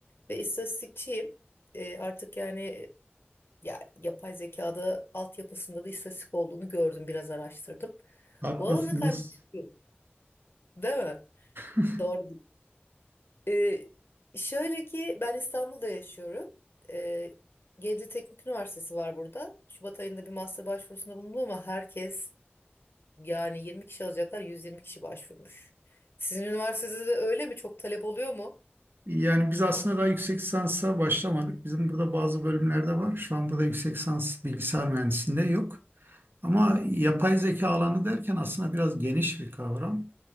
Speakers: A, on the left; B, on the right.
A: ve istatistikçiyim. Eee, artık yani ya yapay zekada altyapısında da istatistik olduğunu gördüm, biraz araştırdım.
B: Haklısınız.
A: Bu alana kaymış değil değil mi?
B: <laughs>
A: Doğru. Ee, şöyle ki ben İstanbul'da yaşıyorum. Ee, Gebze Teknik Üniversitesi var burada. Şubat ayında bir master başvurusunda bulundum ama herkes yani 20 kişi alacaklar, 120 kişi başvurmuş. Sizin üniversitede de öyle mi? Çok talep oluyor mu?
B: Yani biz aslında daha yüksek lisansa başlamadık. Bizim burada bazı bölümlerde var. Şu an burada yüksek lisans bilgisayar mühendisliğinde yok. Ama yapay zeka alanı derken aslında biraz geniş bir kavram.